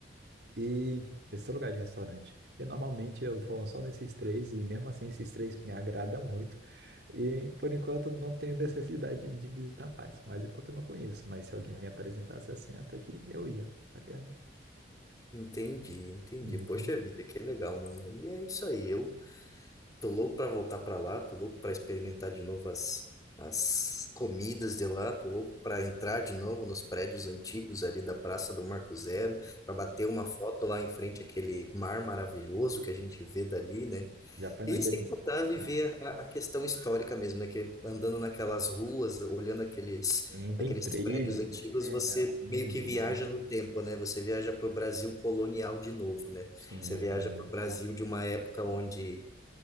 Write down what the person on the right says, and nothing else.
E esse lugar de restaurante. E normalmente eu vou só nesses três, e mesmo assim esses três me agrada muito. E por enquanto não tenho <laughs> necessidade de visitar mais. Mas é porque eu não conheço. Mas se alguém me apresentasse assim, até que eu ia, tá ligado?
Uhum.
Já foi
naquele.
é.
Tem, tem
trilho,
né? É,
assim,
do
nada.
Sim,
é verdade.